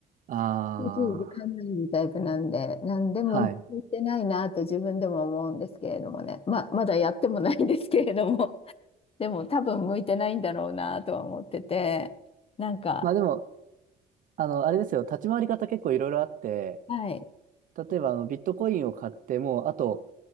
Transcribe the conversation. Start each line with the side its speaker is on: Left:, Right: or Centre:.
Right: ああ。
Left: すぐ時間ないタイプなんで、何でも言ってないなと自分でも思うんですけれどもね。
Right: はい。
Left: まあ、まだやってもないんですけれども、<laughs> でも多分向いてないんだろうなとは思ってて、なんか、
Right: まあでも、あの、あれですよ、立ち回り方結構いろいろあって、
Left: はい。
Right: 例えばあのビットコインを買って、もうあと